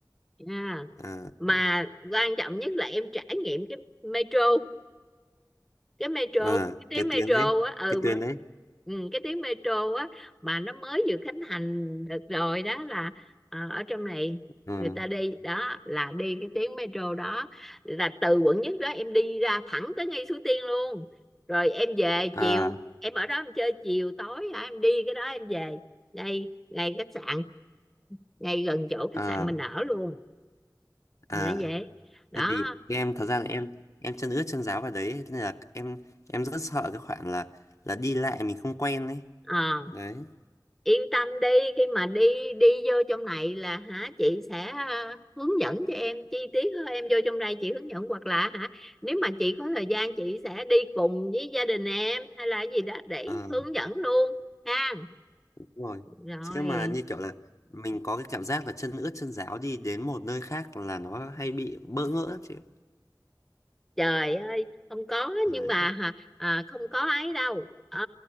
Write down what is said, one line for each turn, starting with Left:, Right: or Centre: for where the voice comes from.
Centre: à.
Left: à
Centre: mà
Left: à
Centre: quan trọng nhất là em trải nghiệm cái metro cái metro
Left: à,
Centre: cái tuyến
Left: cái
Centre: metro
Left: tuyến đấy
Centre: á ừ
Left: cái
Centre: mà
Left: tuyến đấy
Centre: ừ, cái tuyến metro á mà nó mới vừa khánh thành được rồi đó là ờ, ở trong này
Left: ừ
Centre: người ta đi đó là đi cái tuyến metro đó là từ quận nhất đó em đi ra thẳng tới ngay Suối Tiên luôn rồi em về
Left: à
Centre: chiều em ở đó em chơi chiều tối hả em đi cái đó em về ngay ngay khách sạn ngay gần chỗ khách
Left: à
Centre: sạn mình ở luôn
Left: à
Centre: Thì nó vậy đó
Left: tại vì em thật ra là em em chân ướt chân ráo vào đấy nên là em em rất sợ cái khoản là là đi lại mình không quen đấy
Centre: Ờ
Left: đấy
Centre: yên tâm đi khi mà đi đi vô trong này là hả chị sẽ ờ, hướng dẫn cho em chi tiết hơn em vô trong đây chị hướng dẫn hoặc là hả nếu mà chị có thời gian chị sẽ đi cùng với gia đình em hay là gì đó để
Left: ờ.
Centre: hướng dẫn luôn ha
Left: Đúng rồi.
Centre: rồi
Left: Chứ mà như kiểu là mình có cái cảm giác là chân ướt chân ráo đi đến một nơi khác là nó hay bị bỡ ngỡ lắm chị. ạ.
Centre: Trời ơi, không có
Left: Đấy.
Centre: nhưng mà hả, à, không có ấy đâu. Ờ,